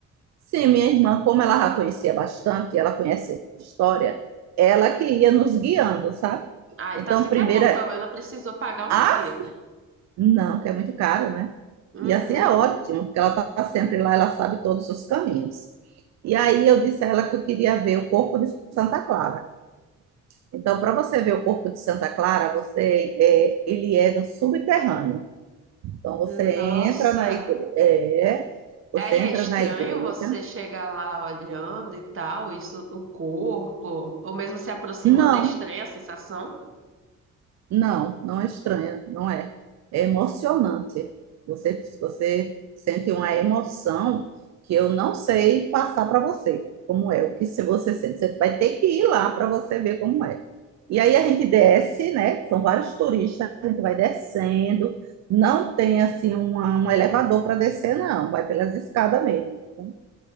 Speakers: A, on the right; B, on the right.
A: Sim, minha irmã, como ela já conhecia bastante, ela conhece a história, ela que ia nos guiando, sabe?
B: Ah,
A: Então,
B: então assim que
A: primeiro,
B: é bom, que pelo menos não precisou pagar um
A: a
B: guia.
A: Não, que é muito caro, né?
B: Uhum.
A: E assim é ótimo, porque ela está sempre lá, ela sabe todos os caminhos. E aí eu disse a ela que eu queria ver o corpo de Santa Clara. Então, para você ver o corpo de Santa Clara, você é, ele é no subterrâneo. Então, você
B: Nossa,
A: entra na igreja, é, você
B: aí
A: entra
B: é estranho
A: na igreja.
B: você chegar lá olhando e tal, isso, o corpo, ou mesmo se aproximando,
A: Não,
B: é estranha a sensação.
A: Não, não é estranha, não é. É emocionante. Você, você sente uma emoção que eu não sei passar para você, como é, o que se você sente. Você vai ter que ir lá para você ver como é. E aí a gente desce, né? São vários turistas, a gente vai descendo. Não tem assim uma, um elevador para descer, não. Vai pelas escadas mesmo. Então,